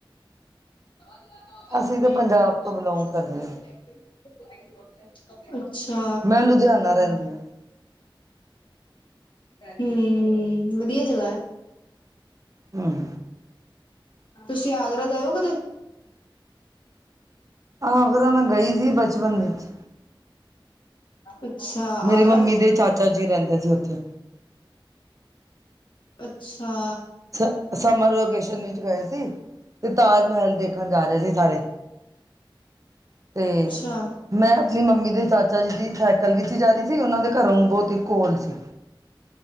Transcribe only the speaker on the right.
ਅਸੀਂ ਤਾਂ ਪੰਜਾਬ ਤੋਂ ਬਿਲੋਂਗ ਕਰਦੇ ਹਾਂ
ਮੈਂ ਲੁਧਿਆਣਾ ਰਹਿੰਦੀ ਹਾਂ
ਹਮ
ਆਹ ਅਗਰ ਮੈਂ ਗਈ ਸੀ ਬਚਪਨ ਵਿੱਚ
ਮੇਰੀ
ਮੰਮੀ ਦੇ ਚਾਚਾ ਜੀ ਰਹਿੰਦੇ ਸੀ ਉੱਥੇ
ਸ ਸਮਰ ਵੋਕੇਸ਼ਨ ਵਿੱਚ ਗਏ ਸੀ ਅਤੇ ਤਾਜ ਮਹਿਲ ਦੇਖਣ ਜਾ ਰਿਹਾ ਸੀ ਸਾਰੇ ਤੇ
ਮੈਂ ਆਪਣੀ ਮੰਮੀ ਦੇ ਚਾਚਾ ਜੀ ਦੀ ਸਾਈਡ ਕਲ ਵਿੱਚ ਹੀ ਜਾ ਰਹੀ ਸੀ ਉਹਨਾਂ ਦੇ ਘਰੋਂ ਬਹੁਤ ਹੀ ਕੋਲ ਸੀ